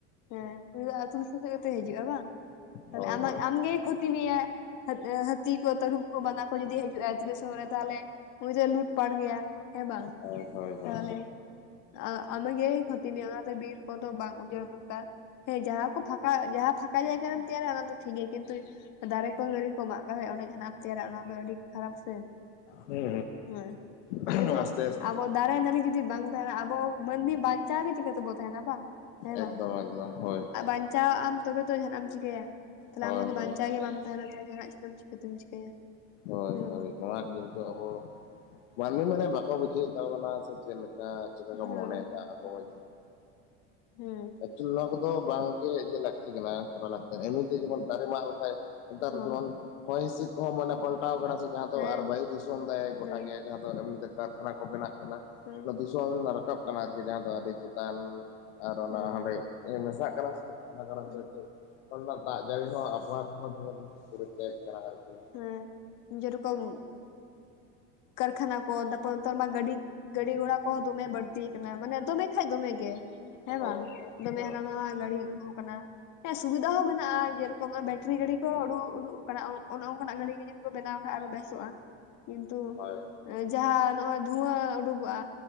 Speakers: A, on the left (about 60°); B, on the left (about 80°).
A: ᱦᱮᱸ ᱩᱱᱤ ᱫᱚ ᱟᱹᱛᱩ ᱫᱤᱥᱚᱢ ᱠᱷᱚᱪ ᱜᱮᱛᱚᱭ ᱦᱤᱡᱩᱜᱼᱟ ᱵᱟᱝ ᱛᱟᱦᱟᱞᱮ
B: ᱦᱳᱭ
A: ᱟᱢᱟᱜ
B: ᱦᱳᱭ
A: ᱟᱢᱜᱮ ᱠᱷᱩ ᱛᱤ ᱢᱮᱭᱟ ᱦᱟᱹᱛ ᱦᱟᱹᱛᱤ ᱠᱚ ᱛᱟᱹᱨᱩᱵ ᱠᱚ ᱵᱟᱱᱟ ᱠᱚ ᱡᱩᱫᱤ ᱦᱤᱡᱩᱜᱼᱟᱭ <unintelligible> ᱛᱟᱦᱟᱞᱮ, ᱩᱱᱤ ᱫᱚᱭ ᱞᱩᱴ ᱯᱟᱴ ᱜᱮᱭᱟ ᱦᱮᱸ ᱵᱟᱝ
B: ᱦᱳᱭ ᱦᱳᱭ ᱦᱳᱭ ᱦᱳᱭ
A: ᱛᱟᱦᱟᱞᱮ, ᱟ ᱟᱢ ᱜᱮᱭ ᱠᱷᱚᱛᱤ ᱢᱮᱭᱟ ᱟᱱᱟᱛᱮ ᱵᱤᱨ ᱠᱚᱫᱚ ᱵᱟᱝ ᱩᱡᱟᱹᱲ ᱫᱚ <unintelligible> ᱦᱮᱸ ᱡᱟᱦᱟᱸ ᱠᱚ ᱯᱷᱟᱠᱟ ᱡᱟᱦᱟᱸ ᱯᱷᱟᱠᱟ ᱡᱟᱭᱜᱟ ᱨᱮ ᱛᱮᱭᱟᱨᱟ ᱚᱱᱟ ᱫᱚ ᱴᱷᱤᱠ ᱜᱮᱭᱟ ᱠᱤᱱᱛᱩ, ᱫᱟᱨᱮ ᱠᱚ ᱱᱟᱹᱲᱤ ᱠᱚ ᱢᱟᱜ <unintelligible> ᱚᱸᱰᱮ ᱡᱟᱦᱟᱱᱟᱜ ᱮᱢ ᱛᱮᱭᱟᱨᱟ ᱚᱱᱟ ᱫᱚ ᱟᱹᱰᱤ ᱠᱷᱟᱨᱟᱯ ᱥᱮ᱾
B: ᱦᱩᱸ
A: ᱦᱮᱸ
B: ᱦᱩᱸ
A: ᱡᱮᱦᱮᱛᱩ
B: ᱦᱩᱸ ᱟᱥᱛᱮ ᱟᱥ
A: ᱟᱵᱚ ᱫᱟᱨᱮ ᱱᱟᱹᱲᱤ ᱡᱩᱫᱤ ᱵᱟᱝ ᱛᱟᱦᱮᱸᱱᱟ ᱟᱵᱚ ᱢᱟᱹᱱᱢᱤ ᱵᱟᱧᱪᱟᱣ ᱜᱮ ᱪᱤᱠᱟᱹ ᱛᱮᱵᱚ ᱛᱟᱦᱮᱸᱱᱟ ᱵᱟᱝ ᱦᱮᱸ
B: ᱮᱠᱫᱚᱢ
A: ᱵᱟᱝ᱾
B: ᱮᱠᱫᱚᱢ ᱦᱳᱭ ᱦᱳᱭ
A: ᱵᱟᱧᱪᱟᱣᱮᱜ ᱟᱢ ᱛᱚᱵᱮ ᱛᱚ ᱡᱟᱦᱟᱸᱱᱟᱜ ᱮᱢ ᱪᱤᱠᱟᱹᱭᱟ ᱛᱟᱦᱞᱮ
B: ᱦᱳᱭ
A: ᱟᱢ ᱡᱩᱫᱤ
B: ᱦᱳᱭ
A: ᱵᱟᱧᱪᱟᱣ ᱜᱮ ᱵᱟᱢ ᱛᱟᱦᱮᱸᱱᱟ ᱛᱟᱦᱞᱮ ᱡᱟᱦᱟᱸ ᱱᱟᱜ ᱮᱢ ᱪᱤᱠᱟᱹᱛᱮᱢ ᱪᱤᱠᱟᱹᱭᱟ᱾
B: ᱦᱳᱭ
A: ᱦᱮᱸ
B: ᱦᱳᱭ
A: ᱵᱟᱝ
B: ᱱᱚᱣᱟ
A: ᱦᱮᱸ
B: ᱠᱤᱱᱛᱩ ᱟᱵᱚ ᱢᱟᱹᱱᱢᱤ ᱢᱟᱱᱮ ᱵᱟᱠᱚ ᱵᱩᱡᱷᱟᱹᱣᱮᱜ ᱛᱟᱵᱚᱱᱟ ᱥᱮ ᱪᱮᱫᱞᱮ <unintelligible> ᱪᱮᱠᱟ ᱠᱚ
A: ᱦᱮᱸ
B: ᱢᱚᱱᱮᱭᱮᱫᱟ ᱟᱠᱚ <unintelligible>
A: ᱦᱮᱸ
B: ᱮᱠᱪᱩᱭᱮᱞᱤ ᱱᱚᱣᱟ ᱠᱚᱫᱚ ᱵᱟᱝ ᱜᱮ ᱤᱭᱟᱹ ᱞᱟᱹᱠᱛᱤ ᱠᱟᱱᱟ ᱠᱚᱨᱟ ᱞᱟᱹᱠᱛᱤ ᱠᱟᱱᱟ ᱮᱢᱱᱤ ᱛᱮ ᱡᱮᱢᱚᱱ ᱫᱟᱨᱮ ᱢᱟᱜ ᱞᱮᱠᱷᱟᱡ ᱱᱮᱛᱟᱨ
A: ᱦᱚᱸ
B: ᱡᱮᱢᱚᱱ, ᱦᱚᱭ ᱦᱤᱸᱥᱤᱫ ᱠᱚᱦᱚᱸ ᱢᱟᱱᱮ ᱯᱟᱞᱴᱟᱣ ᱠᱟᱱᱟ ᱥᱮ ᱡᱟᱦᱟᱸ ᱫᱚ
A: ᱦᱮᱸ
B: ᱟᱨ ᱵᱟᱭᱩ ᱫᱷᱩᱥᱚᱱ ᱫᱟᱭ ᱜᱚᱴᱟ
A: ᱦᱮᱸ
B: ᱜᱮ᱾ ᱡᱟᱦᱟᱸ ᱫᱚ ᱮᱢᱱᱤ ᱛᱮ ᱠᱟᱨᱠᱷᱟᱱᱟ ᱠᱚ ᱵᱮᱱᱟᱜ ᱠᱟᱱᱟ
A: ᱦᱮᱸ
B: ᱚᱱᱟ ᱫᱩᱥᱚᱱ ᱨᱟᱠᱟᱵ ᱠᱟᱱᱟ ᱟᱨᱠᱤ ᱡᱟᱦᱟᱸ ᱫᱚ ᱟᱹᱰᱤ ᱪᱮᱛᱟᱱ᱾ ᱟᱨ ᱚᱱᱟ
A: ᱦᱮᱸ
B: ᱦᱟᱸᱰᱮᱜ ᱢᱮᱥᱟᱜ ᱠᱟᱱᱟ ᱥᱮ ᱚᱱᱟ ᱠᱟᱨᱚᱱ
A: ᱦᱮᱸ
B: ᱛᱮ ᱱᱮᱛᱚᱜ, ᱮᱠᱷᱚᱱ ᱢᱟ ᱫᱟᱜ ᱡᱟᱹᱲᱤ ᱦᱚᱸ ᱟᱵᱚᱦᱟᱣᱟ ᱠᱚᱦᱚᱸ ᱡᱮᱢᱚᱱ <unintelligible> ᱠᱟᱱᱟ ᱟᱨᱠᱤ,
A: ᱦᱮᱸ ᱡᱮᱨᱚᱠᱚᱢ ᱠᱟᱨᱠᱷᱟᱱᱟ ᱠᱚ <unintelligible> ᱢᱟ ᱜᱟᱹᱰᱤ, ᱜᱟᱹᱰᱤ ᱜᱷᱚᱲᱟ ᱠᱚᱦᱚ ᱫᱚᱢᱮ ᱵᱟᱹᱲᱛᱤ ᱠᱟᱱᱟ ᱢᱟᱱᱮ ᱫᱚᱢᱮ ᱠᱷᱟᱱᱡ ᱫᱚᱢᱮ ᱜᱮ᱾ ᱦᱮᱸ
B: ᱦᱳᱭ
A: ᱵᱟᱝ
B: ᱦᱳᱭ
A: ᱫᱚᱢᱮ
B: ᱦᱳᱭ
A: ᱦᱟᱱᱟ ᱱᱟᱣᱟ ᱜᱟᱹᱲᱤ ᱩᱲᱩᱜ ᱠᱟᱱᱟ᱾ ᱦᱮᱸ ᱥᱩᱵᱤᱫᱟ ᱦᱚᱸ ᱢᱮᱱᱟᱜᱼᱟ ᱡᱮᱨᱚᱠᱚᱢ ᱵᱮᱴᱨᱤ ᱜᱟᱹᱰᱤ ᱠᱚ ᱩᱰᱩ ᱩᱰᱩ ᱠᱟᱱᱟ᱾ ᱚᱱᱮ ᱚᱱᱠᱟᱱᱟᱜ ᱜᱟᱹᱲᱤ ᱜᱮ ᱡᱩᱫᱤ ᱠᱚ ᱵᱮᱱᱟᱣ ᱠᱷᱟᱡ ᱟᱨᱚ ᱵᱮᱥᱚᱜᱼᱟ ᱠᱤᱱᱛᱩ,
B: ᱦᱳᱭ
A: ᱡᱟᱦᱟᱸ ᱱᱚᱜ-ᱚᱭ ᱫᱷᱩᱣᱟᱹ ᱩᱰᱩᱠᱚᱜᱼᱟ